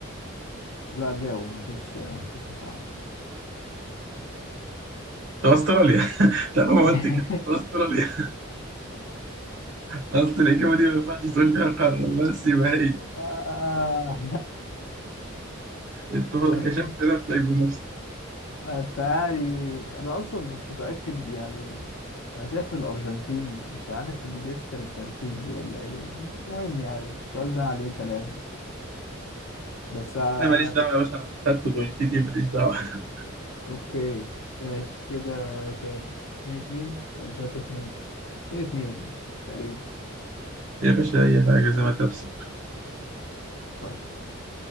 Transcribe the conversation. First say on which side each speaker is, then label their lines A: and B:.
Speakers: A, on the left; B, on the right.
A: لا جاوب مفيش مفيش مساعدة
B: في أستراليا طالما قلت
A: <laughs>
B: كده استراليا اصل الاجابه دي ما ينفعش تقول فيها قاره بس يبقى هي
A: آه.
B: انت
A: <laughs>
B: كشفت نفسك بنفسك
A: انت يعني انا اصلا مش متاكد يعني انا شايف الارجنتين مش عارف دي لسه بالترتيب دي ولا ايه المهم يعني السؤال ده عليه كلام بس يعني
B: انا ماليش
A: هتضحك
B: دعوه يا باشا انا خدت بوينتيتي ماليش دعوه <laughs>
A: اوكي ماشي كده كام اتنين اتنين ولا تلاتة اتنين اتنين اتنين مش تقريبا
B: يا باشا اي حاجه زي ما تحصل
A: طيب